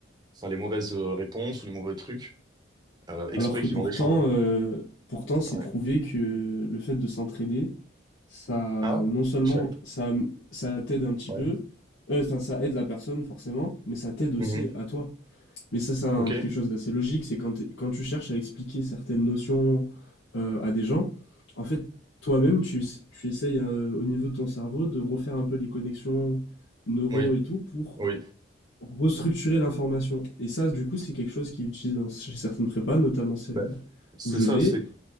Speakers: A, on the right; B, on the left.
A: enfin, les mauvaises euh, réponses ou les mauvais trucs, euh, exprès
B: Alors que
A: qu'ils
B: pourtant,
A: vont les changer.
B: euh, pourtant c'est
A: Ouais.
B: prouvé que le fait de s'entraider, ça,
A: Ah,
B: non seulement
A: je savais pas.
B: ça, ça t'aide un petit
A: Ouais.
B: peu, euh, enfin, ça aide la personne forcément, mais ça t'aide aussi
A: Mhm.
B: à toi. Mais ça, c'est un-
A: Ok.
B: quelque chose d'assez logique, c'est quand, t'es- quand tu cherches à expliquer certaines notions euh, à des gens, en fait, toi-même, tu, es- tu essayes euh, au niveau de ton cerveau de refaire un peu les connexions neuro
A: Oui.
B: et tout pour
A: Oui.
B: restructurer l'information. Et ça, du coup, c'est quelque chose qu'ils utilisent dans, chez certaines prépas, notamment celle
A: Bah, c'est
B: où je
A: ça,
B: vais.
A: c'est.